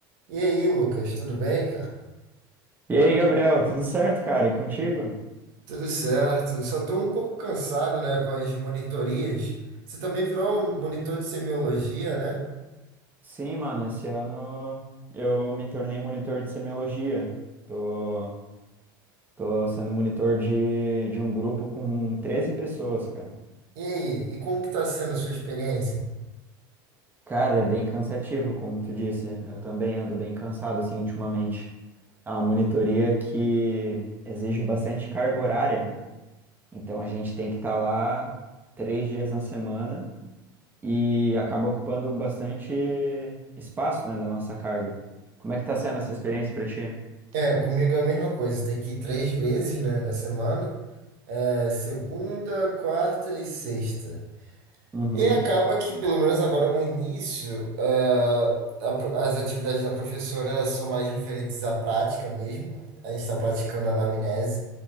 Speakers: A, on the right; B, on the right.
A: E aí, Lucas, tudo bem, cara?
B: E aí, Gabriel, tudo certo, cara? E contigo?
A: Tudo certo. Só tô um pouco cansado, né, com as monitorias. Você também virou um monitor de semiologia, né?
B: Sim, mano, esse ano eu me tornei monitor de semiologia. Tô, tô sendo monitor de, de um grupo com 13 pessoas, cara.
A: E aí, e como que tá sendo a sua experiência?
B: Cara, é bem cansativo, como tu disse. Eu também ando bem cansado, assim, ultimamente. É uma monitoria que exige bastante carga horária, né? Então a gente tem que estar lá três dias na semana. e acaba ocupando bastante espaço, né, da nossa carga. Como é que tá sendo essa experiência para ti?
A: É, comigo é a mesma coisa. Tem que ir três vezes, né, na semana. É, segunda, quarta e sexta.
B: Uhum.
A: E acaba que, pelo menos agora no início, ah, a pro- as atividades da professora são mais referentes à prática mesmo. A gente está praticando a anamnese.